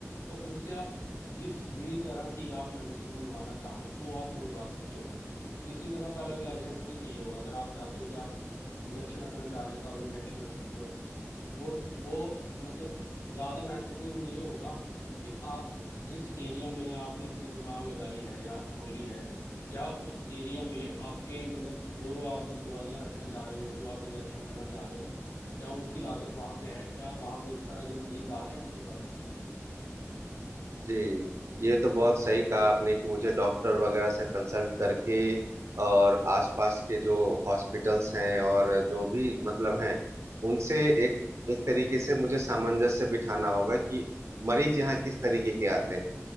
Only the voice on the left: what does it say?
तो उनसे आप जिस भी तरह की आप मेडिसिन मंगवाना चाहो वो आप मंगवा सकते हो किसी तरह का अलग लाइसेंस नहीं चाहिए होगा अगर आप चाहते हो कि आप इंजेक्शन रखना चाह रहे हो तो आप इंजेक्शन रख सकते हो वो वो मतलब ज्यादा महत्वपूर्ण ये होगा कि आप जिस एरिया में आपने अपनी दुकान लगाई है या खोली है क्या उस एरिया में आपके मतलब जो आप दवाइयाँ रखना चाह रहे हो जो आप इंजेक्शन रखना चाह रहे हो क्या उनकी लागत वहाँ पे है क्या वहाँ पे उस तरह के मरीज आ रहे हैं आपके पास